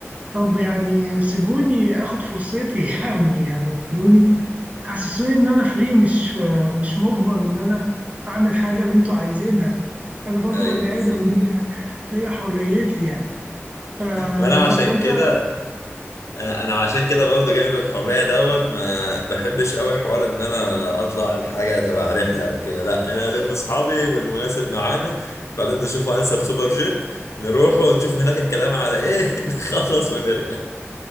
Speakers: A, on the right (about 30°); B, on the left (about 80°).
A: طب يعني سيبوني اخد فرصتي <laughs> يعني يعني خدوني حسسوني ان انا فري مش مش مجبر ان انا اعمل حاجه اللي انتوا عايزينها انا برضو
B: ايوه
A: بني
B: بالظبط
A: ادم ليا ليا حريتي يعني آه
B: ما انا عشان
A: طب انت
B: كده انا عشان كده برضه جانب الحريه دوت ما بحبش قوي حوار ان انا اطلع الحاجه تبع رحله او كده لا انا الم اصحابي والمناسب معانا بعدين نشوفوا انسب سوبر جيت نروحوا ونشوفوا هناك الكلام على ايه <laughs> نخلص ونرجع